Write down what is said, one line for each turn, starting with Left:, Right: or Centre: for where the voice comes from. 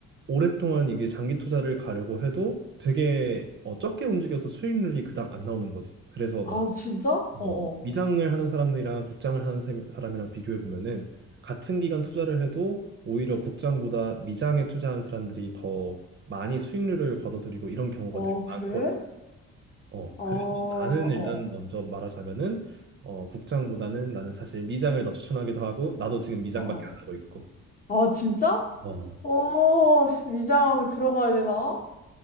Right: 오랫동안 이게 장기 투자를 가려고 해도 되게 어, 적게 움직여서 수익률이 그닥 안 나오는 거지. 그래서 막
Left: 아우, 진짜?
Right: 뭐,
Left: 어, 어.
Right: 미장을 하는 사람이랑 국장을 하는 사- 사람이랑 비교해 보면은 같은 기간 투자를 해도 오히려 국장보다 미장에 투자한 사람들이 더 많이 수익률을 거둬들이고 이런 경우가
Left: 어,
Right: 되게
Left: 그래?
Right: 많거든. 어,
Left: 아,
Right: 그래서
Left: 어,
Right: 나는 일단
Left: 어,
Right: 먼저 말하자면은 어, 국장보다는 나는 사실 미장을 더 추천하기도 하고 나도 지금 미장밖에
Left: 어, 어.
Right: 안 하고 있고.
Left: 아, 진짜?
Right: 어.
Left: 어, 씨, 위장 들어가야 되나?